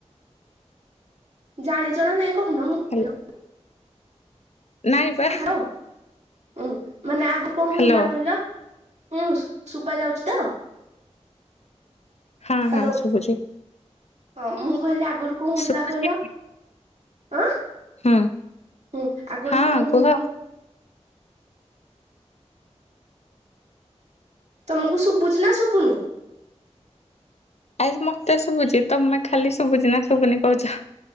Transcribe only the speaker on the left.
ହାଲୋ ନାଇଁ ବା
ହାଲୋ
ହଁ
ହଁ ଶୁଭୁଛି
ଶୁଭୁଛି
ହୁଁ
ହଁ
କୁହ
ଆରେ ମତେ ଶୁବୁଚି। ତମେ ଖାଲି ଶୁବୁଚି ନା ଶୁବୁନି କହୁଚ।